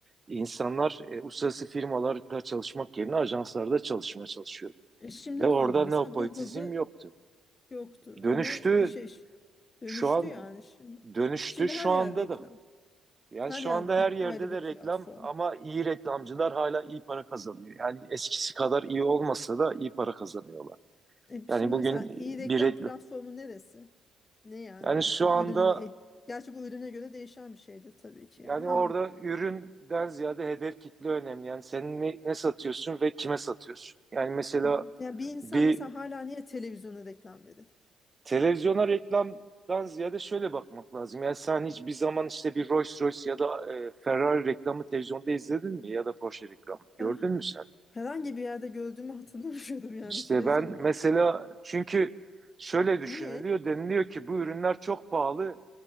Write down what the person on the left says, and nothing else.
E şimdi
ne oldu mesela?
Google'da
yoktu
ama e, şey dönüştü
yani şimdi.
Şimdi
her
yer reklam.
Her
yer
bir,
ayrı
bir
platform.
E şimdi
mesela iyi reklam
platformu neresi? Ne yani
ben
şimdi
ürünümü... e, Gerçi bu ürüne göre değişen bir şeydir tabii ki
yani ama...
hmm. Ya bir insan
mesela hala niye televizyona reklam verir?
Ben
herhangi bir yerde gördüğümü hatırlamıyorum yani
televizyonu
bırak.
Niye?